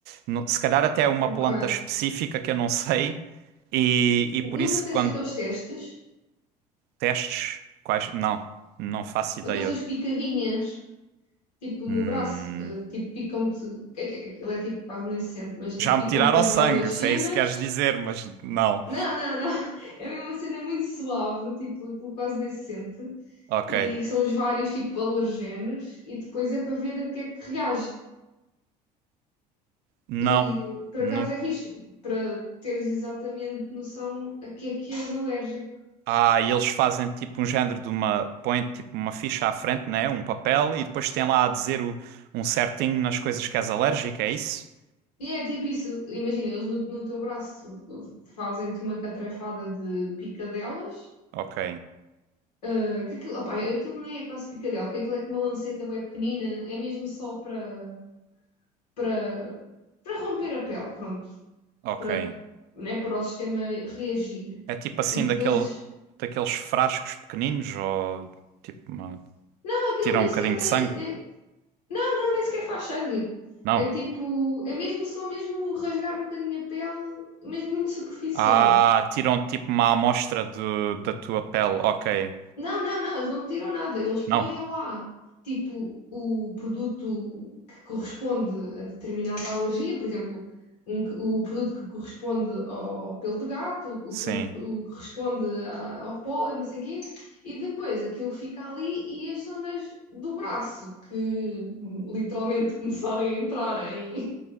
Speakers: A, on the right; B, on the left.
A: no- se calhar até é uma
B: Ok.
A: planta específica que eu não sei, e, e
B: Nunca
A: por isso
B: fizeste
A: quando
B: aqueles testes?
A: testes, quais. Não, não faço ideia.
B: Aqueles das picadinhas, tipo
A: Hum,
B: no braço, eh, tipo picam-te. aqu- Aquilo é tipo quase nem se sente, mas
A: já
B: tipo
A: me
B: picam
A: tiraram
B: com as
A: sangue,
B: várias cenas.
A: se é isso que queres dizer, mas não.
B: Não, não, não. <laughs> É mesmo uma cena muito suave, tipo, aquilo quase nem se sente.
A: Ok.
B: E são os vários tipo alergenos, e depois é para ver o que é que reage.
A: Não.
B: E por
A: Não.
B: acaso é fixe, para teres exatamente noção a que é que és alérgico.
A: Ah, e eles fazem tipo um género de uma. Põem tipo uma ficha à frente, né? Um papel, e depois tem lá a dizer o, um certinho nas coisas que és alérgico, é isso?
B: E é tipo isso, imagina, eles no, no teu braço fazem-te uma catrefada de picadelas,
A: Ok,
B: ah, que aquilo, opá, aquilo nem é quase picadela, porque aquilo é com uma lanceta bem pequenina, é mesmo só para para para romper a pele, pronto,
A: ok.
B: para, né, para o sistema reagir.
A: É tipo assim
B: E depois,
A: daquele, daqueles frascos pequeninos ou tipo uma,
B: não,
A: que
B: aquilo
A: tiram
B: nem
A: um bocadinho
B: sequer tem,
A: de sangue?
B: nem, não, não, nem sequer faz sangue.
A: Não.
B: É tipo, é mesmo só mesmo rasgar um bocadinho a pele, mesmo muito superficial.
A: Ah, tiram tipo uma amostra do, da tua pele, ok.
B: Não, não, não, eles não tiram nada, eles põem
A: Não.
B: lá, tipo, o produto que corresponde a determinada alergia, por exemplo, um que- o produto que corresponde ao pelo de gato, o,
A: Sim,
B: o pelo que o que corresponde a- ao pólen, não sei o quê, e depois aquilo fica ali e as zonas do braço que literalmente <laughs> começarem a entrar em,